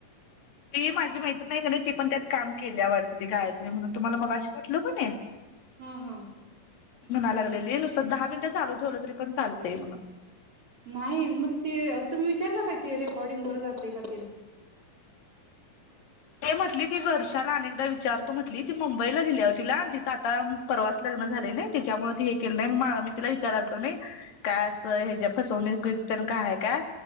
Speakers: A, on the left (about 75°); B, on the right (about 40°).
A: ती माझी मैत्रीण हाय का नाही, ती पण त्यात काम केल्या वाटत ती गायत्री म्हणून. तुम्हाला मघाशी म्हटलो की नाही.
B: हा हा
A: ती म्हणा लागलेली नुसत दहा मिनट चालू ठेवल तरी पण चालतय.
B: नाही मग ते तुम्ही विचारल का ते रेकॉर्डिंग वर जातय का ते.
A: ते म्हटली ती वर्षाला अनेकदा विचारतो म्हटली, ती मुंबईला दिल्या ओ तिला. आणि तिच आता परवाच लग्न झालय नही. तीच्यामुळे ते हे केल नाही. मा मी तिला विचारालतो नही. काय अस हे जे फसवणुकीचन ते न काय आहे का?